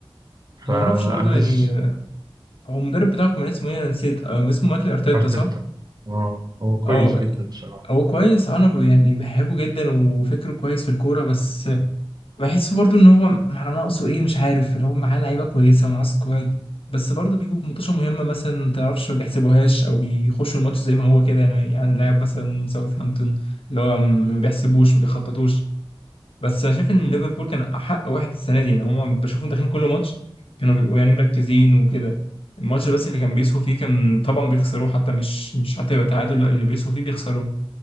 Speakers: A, on the right (about 45°); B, on the left (about 75°).
A: فأنا
B: ما اعرفش برضو يعني
A: حاسس
B: آه، هو المدرب بتاعكم كان اسمه ايه انا نسيت آه، اسمه مايكل ارتيتا
A: أرتيتا
B: صح؟
A: آه هو كويس
B: اه
A: جدا بصراحة
B: هو كويس آه، انا ب- يعني بحبه جدا وفكره كويس في الكوره بس بحس برضو ان هو مع ناقصه ايه مش عارف اللي هو معاه لعيبه كويسه ومعاه سكواد بس برضو بيجوا في ماتشات مهمه مثلا ما تعرفش ما بيحسبوهاش او بيخشوا الماتش زي ما هو كده يعني يعني لاعب مثلا ساوثهامبتون اللي هو ما بيحسبوش ما بيخططوش بس انا شايف ان ليفربول كان احق واحد السنه دي يعني هم بشوفهم داخلين كل ماتش كانوا بيبقوا يعني مركزين وكده الماتش بس اللي كان بيسهوا فيه كان طبعا بيخسروه حتى مش مش حتى يبقى تعادل لا اللي بيسهوا فيه بيخسروه